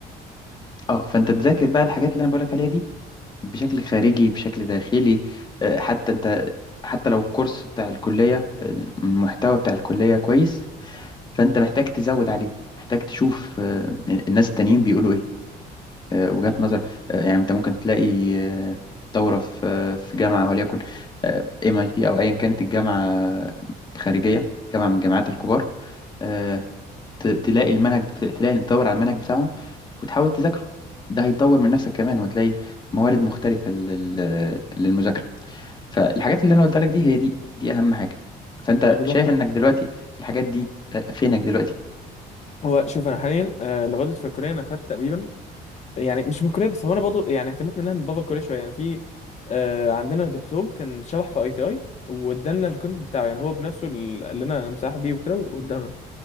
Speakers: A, on the left; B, on the left.
A: اه فانت تذاكر بقى الحاجات اللي انا بقولك عليها دي بشكل خارجي بشكل داخلي آه، حتى انت حتى لو الكورس بتاع الكلية المحتوى بتاع الكلية كويس فانت محتاج تزود عليه محتاج تشوف آه، الناس التانيين بيقولوا ايه آه، وجهات نظر آه، يعني انت ممكن تلاقي آه، دورة في آه، في جامعة وليكن ام اي تي او ايا كانت الجامعة آه، خارجية جامعة من الجامعات الكبار آه، ت- تلاقي المنهج بت- تلاقي تدور على المنهج بتاعهم وتحاول تذاكره ده هيطور من نفسك كمان وهتلاقي موارد مختلفة لل- للمذاكرة فالحاجات اللي انا قلت لك دي هي دي دي اهم حاجة فانت
B: ما بالظبط
A: شايف
B: فاهم.
A: انك دلوقتي في الحاجات دي آه، فينك دلوقتي
B: هو شوف انا حاليا آه، لغايه في الكليه انا خدت تقريبا يعني مش من الكليه بس هو انا برضه يعني اهتميت منها من بابا الكليه شويه يعني في آه، عندنا دكتور كان شرح في اي تي اي وادالنا الكونت بتاعه يعني هو بنفسه اللي قال لنا أنا مساح بيه وكده وادالنا